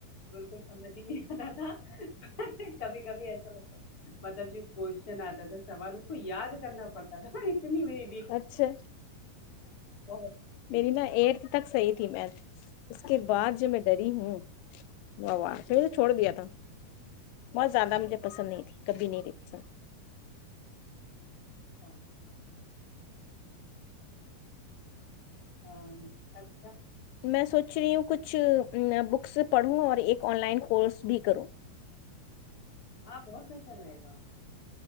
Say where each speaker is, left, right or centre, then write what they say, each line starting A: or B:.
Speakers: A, on the left; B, on the left.
A: بالکل سمجھ ہی نہیں آتا تھا ہ کبھی کبھی ایسا لگتا مطلب جو کوشچن آتا تھا سوال اس کو یاد کرنا پڑتا تھا اتنی می
B: اچھا
A: بہت تھی۔
B: میری نہا ایٹتھ تک صحی ت ت میں اس کے بعد جب میں ڈری ہوں و پھر تو چھوڑ دیا تھا بہت زیادہ مجھے پسند نہیں تھی کبھی نہیں ریککھ
A: اچھا ہاں اچھ
B: میں سوچ رہی ہوں کچھ بکس پڑھوں اور ایک آن لائن کورس بھی کرو
A: ہاں بہت بہتر رہے گا